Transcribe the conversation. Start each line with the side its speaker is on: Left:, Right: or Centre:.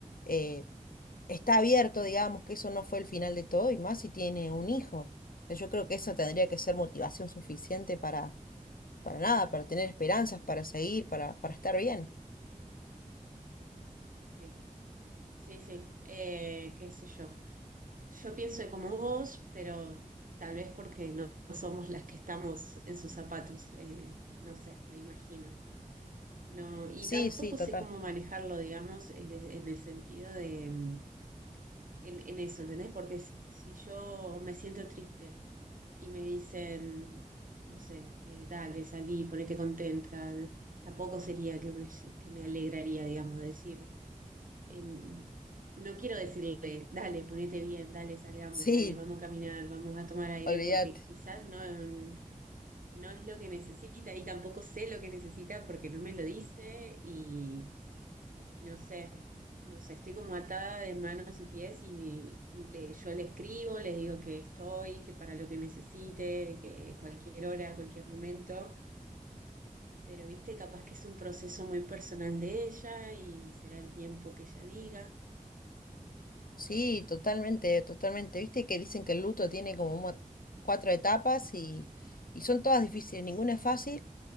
Left: eh, está abierto, digamos, que eso no fue el final de todo, y más si tiene un hijo. Yo creo que eso tendría que ser motivación suficiente para, para nada, para tener esperanzas, para seguir, para, para estar bien.
Right: sí, sí, sí, eh, qué sé yo. Yo pienso como vos, pero tal vez porque no, no somos las que estamos en sus zapatos, eh, no sé, me imagino. No, y
Left: Sí,
Right: tampoco
Left: sí, total.
Right: sé cómo manejarlo, digamos, eh, en el sentido de... mm, en, en eso, ¿entendés? Porque si, si yo me siento triste y me dicen, no sé, eh, dale, salí, ponete contenta, tampoco sería que me, que me alegraría, digamos, decir, eh, no quiero decirle, dale, ponete bien, dale, salgamos,
Left: Sí,
Right: dale, vamos a caminar, vamos a tomar aire,
Left: olvídate.
Right: porque quizás no, no es lo que necesita y tampoco sé lo que necesita porque no me lo dice y no sé, no sé, estoy como atada de manos y pies y le- yo le escribo, le digo que estoy, que para lo que necesite, que cualquier hora, cualquier momento, pero viste, capaz que es un proceso muy personal de ella y será el tiempo que ella diga.
Left: Sí, totalmente, totalmente. Viste que dicen que el luto tiene como un mon- cuatro etapas y, y son todas difíciles, ninguna es fácil.